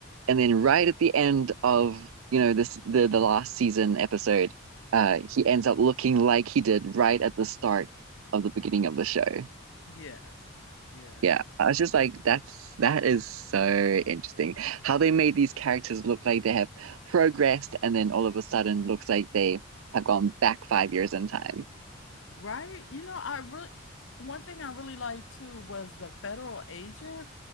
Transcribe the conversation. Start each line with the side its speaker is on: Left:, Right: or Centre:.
Right: and then right at the end of you know this the the last season episode uh he ends up looking like he did right at the start of the beginning of the show
Left: Yes. Yeah.
Right: yeah I was just like that's that is so interesting how they made these characters look like they have progressed and then all of a sudden looks like they have gone back five years in time
Left: Right? You know, I really, one thing I really liked too was the federal agent